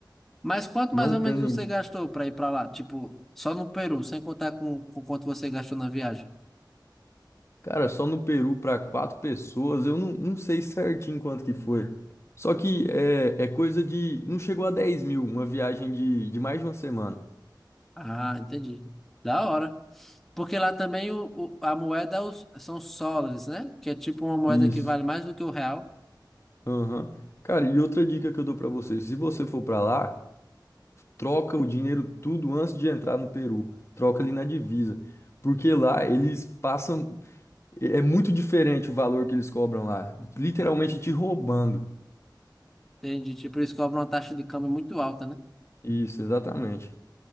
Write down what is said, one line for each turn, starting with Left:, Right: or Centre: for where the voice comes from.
Centre: Mas quanto
Left: Não
Centre: mais ou
Left: tem,
Centre: menos
Left: nin-
Centre: você gastou para ir para lá? Tipo, só no Peru, sem contar com, com quanto você gastou na viagem.
Left: Cara, só no Peru para quatro pessoas, eu não, não sei certinho quanto que foi. Só que é, é coisa de. Não chegou a dez mil, uma viagem de, de mais de uma semana.
Centre: Ah, entendi. Da hora. Porque lá também o, o- a moeda é os- são os soles, né? Que é tipo uma moeda
Left: Isso.
Centre: que vale mais do que o real.
Left: Aham. Cara, e outra dica que eu dou para você: se você for para lá, troca o dinheiro tudo antes de entrar no Peru. Troca ali na divisa. Porque lá eles passam. É é muito diferente o valor que eles cobram lá. Literalmente te roubando.
Centre: Entendi. Tipo, eles cobram uma taxa de câmbio muito alta, né?
Left: Isso, exatamente.